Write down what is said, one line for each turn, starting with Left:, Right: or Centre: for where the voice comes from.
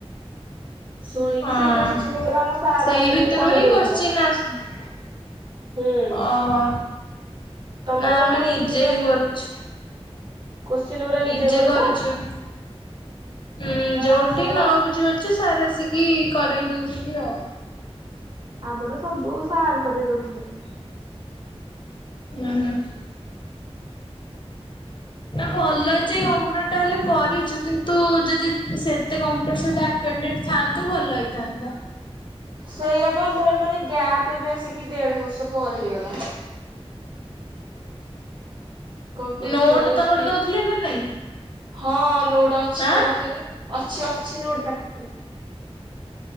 Right: ଶୁଣିକି
Left: ହଁ
Right: ସେଇ କୋଶ୍ଚିନ୍ ଗୁରା ଆମ ସାର୍
Left: ସେଇ
Right: ଆମକୁ
Left: ଭିତରୁ
Right: କହିଦଉଥିଲେ।
Left: ହିଁ କୋଶ୍ଚିନ୍ ଆସ୍ ଅ
Right: ହୁଁ
Left: ହ।
Right: ତମର
Left: ନା
Right: କଣ
Left: ଆମେ
Right: କୋଶ୍ଚିନ୍
Left: ନିଜେ
Right: ଗୁରା
Left: ହି
Right: ନିଜେ
Left: କରିଚୁ।
Right: କୋଶ୍ଚିନ୍ ଗୁରା
Left: ନିଜେ
Right: କରୁଛ?
Left: କରୁଛୁ। ଉଁ
Right: ନାଇଁ
Left: ଯୋଉଠି
Right: ଆମର
Left: ନ ବୁଝିପାରୁଚୁ ସାର ଆସିକି କି କରେଇ ଦଉଛନ୍ତି ଆଉ।
Right: ଆମର ସବୁ ସାର୍ କରେଇ ଦଉଥିଲେ।
Left: ନା ନା। ନା ଭଲ ଯେ, କମ୍ପ୍ୟୁଟର ଟା ହେଲେ କରିଛୁ କିନ୍ତୁ ଯଦି ସେତେ କମ୍ପ୍ୟୁଟର ସହିତ ଆଟ୍ କୁଏଣ୍ଟେଡ ଥାନ୍ତୁ ଭଲ ହେଇଥାନ୍ତା।
Right: ସେଇଆ ବା ମୋର ମାନେ ଗ୍ୟାପ ବି ଆସିକି ଦେଢ ବର୍ଷ ପରେ ହେଇଗଲା। କମ୍ପୁଟର
Left: ନୋଟ
Right: ସେଇଟା କିଛି
Left: ତମର
Right: ଲିଙ୍କ୍
Left: ଦଉଥିଲେ ନା ନାଇଁ?
Right: ହଁ ନୋଟ୍ ଅଛି
Left: ଆଁ?
Right: ମୋ ପାଖରେ। ଅଛି ଅଛି ନୋଟ ପାଖରେ।